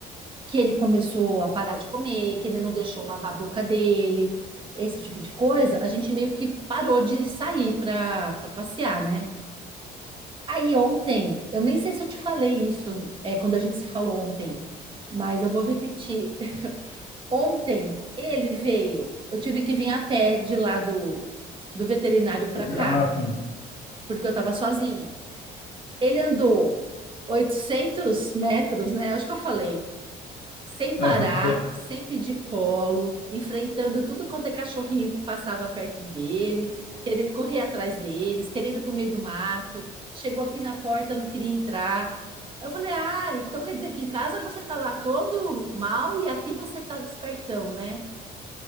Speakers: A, on the right; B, on the left.
A: que ele começou a parar de comer, que ele não deixou lavar a boca dele, esse tipo de coisa, a gente meio que parou de sair para para passear, né? Aí ontem, eu nem sei se eu te falei isso, é, quando a gente se falou ontem, mas eu vou repetir. <laughs> Ontem ele veio, eu tive que vir a pé de lá do, do veterinário para cá,
B: Ah, sim.
A: porque eu estava sozinha. Ele andou 800 metros, né? Acho que eu falei sem parar,
B: Aham, falou.
A: sempre de colo, enfrentando tudo quanto é cachorrinho que passava perto dele, querendo correr atrás deles, querendo ir para o meio do mato. Chegou aqui na porta, não queria entrar. Eu falei: Ah, então quer dizer que em casa você tá lá todo mal e aqui você tá despertão, né?